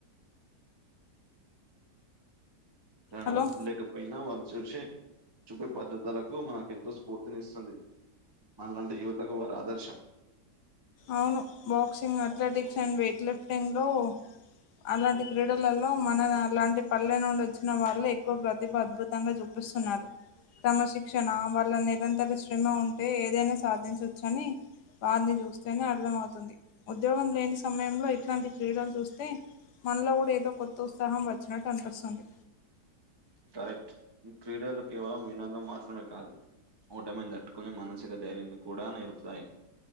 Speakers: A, on the right; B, on the left.
A: సరైన
B: హలో
A: వసతులు లేకపోయినా వాళ్ళ చూసి చూపే పద్ధతులకు మనకు ఎంతో స్ఫూర్తిని ఇస్తుంది మనలాంటి యువతకు వారు ఆదర్శం
B: అవును బాక్సింగ్ అథ్లెటిక్స్ అండ్ వెయిట్ లిఫ్టింగ్లో అలాంటి క్రీడలలో మన అలాంటి పల్లె నుండి వచ్చిన వాళ్ళు ఎక్కువ ప్రతిభ అద్భుతంగా చూప్పు పిస్తున్నారు క్రమ శిక్షణ వాళ్ళ నిరంతర శ్రమ ఉంటే ఏదైనా సాధించవచ్చు అని వారిని చూస్తేనే అర్థమవుతుంది ఉద్యోగం లేని సమయంలో ఇట్లాంటి క్రీడలు చూస్తే మనలో కూడా ఏదో కొత్త ఉత్సాహం వచ్చినట్టు అనిపిస్తుంది
A: కరెక్ట్ క్రీడలు కేవలం వినోదం మాత్రమే కాదు ఓటమిని తట్టుకునే మానసిక ధైర్యాన్ని కూడా నేర్పుతాయి